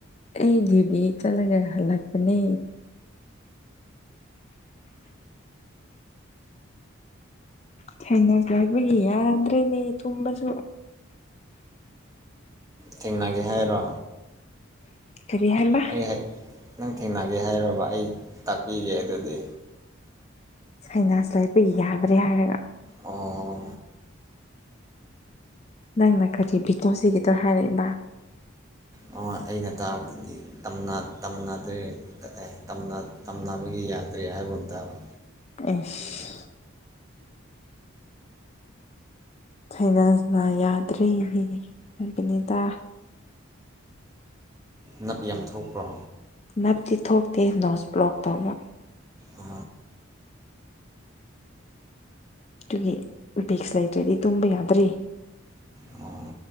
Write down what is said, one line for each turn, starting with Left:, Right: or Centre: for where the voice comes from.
Left: ꯑꯩꯒꯤꯗꯤ ꯆꯠꯂꯒ ꯍꯜꯂꯛꯄꯅꯦ ꯊꯩꯅ ꯂꯩ ꯍꯥꯏꯕꯒꯤ ꯌꯥꯗ꯭ꯔꯦꯅꯦ ꯇꯨꯝꯕꯁꯨ
Right: ꯊꯦꯡꯅꯒꯦ ꯍꯥꯏꯔꯣ
Left: ꯀꯥꯔꯤ ꯍꯥꯏꯕ
Right: ꯑꯩ ꯅꯪ ꯊꯦꯡꯅꯒꯦ ꯍꯥꯏꯔꯕ ꯑꯩ ꯇꯥꯛꯄꯤꯒꯦ ꯑꯗꯨꯗꯤ
Left: ꯁꯩꯅꯥꯁ ꯂꯩꯕꯒꯤꯅꯦ ꯍꯥꯏꯔꯒ
Right: ꯑꯣ
Left: ꯅꯪꯅ ꯀꯔꯤ ꯚꯤꯗꯤꯑꯣꯁꯤꯒꯤꯗꯣ ꯍꯥꯏꯔꯛꯏꯃꯥ
Right: ꯑꯣ ꯑꯩꯅ ꯇꯥꯕꯗꯗꯤ ꯇꯝꯅ ꯑꯗꯨ ꯑꯦ ꯇꯝꯅꯕꯒꯤ ꯌꯥꯗ꯭ꯔꯦ ꯍꯥꯏꯕ ꯑꯃꯇꯕ
Left: ꯑꯦꯁ ꯁꯅꯅ ꯌꯥꯗ꯭ꯔꯤ ꯍꯥꯏꯕꯅꯤꯗ
Right: ꯅꯞ ꯌꯥꯝ ꯊꯣꯛꯄ꯭ꯔꯣ
Left: ꯅꯞꯇꯤ ꯊꯣꯛꯇꯦ ꯅꯣꯁ ꯕ꯭ꯂꯣꯛ ꯇꯧꯕ
Right: ꯑ
Left: ꯑꯗꯨꯒꯤ ꯎꯄꯦꯛꯁ ꯂꯩꯇ꯭ꯔꯗꯤ ꯇꯨꯝꯕ ꯌꯥꯗ꯭ꯔꯤ
Right: ꯑꯣ